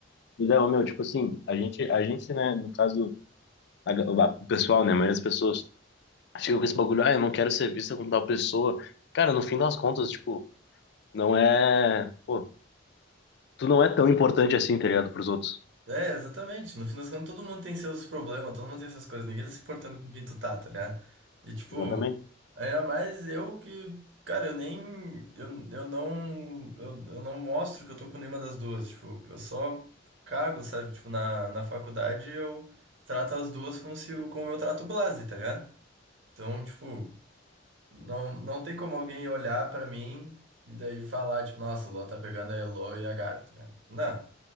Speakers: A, on the left; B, on the right.
A: Não, meu, tipo assim, a gente, a gente, né, no caso, a, a- o pessoal, né, a maioria das pessoas ficam com esse bagulho, ah, eu não quero ser vista como tal pessoa. Cara, no fim das contas, tipo, não é, pô, tu não é tão importante assim, tá ligado, pros outros.
B: É, exatamente. No fim das contas, todo mundo tem seus problemas, todo mundo tem essas coisas, ninguém tá se importando com quem tu tá, tá ligado? E tipo.
A: Exatamente.
B: Ainda mais eu que, cara, eu nem, eu, eu não, eu, eu não mostro que eu tô com nenhuma das duas, tipo, eu só cago, sabe? Tipo, na, na faculdade eu trato as duas como se, eu- como eu trato o Blase, tá ligado? Então, tipo, não, não tem como alguém olhar pra mim e daí falar, tipo, nossa, o Lua tá pegando a Elo e a Gabi, tá ligado? Tipo, Não,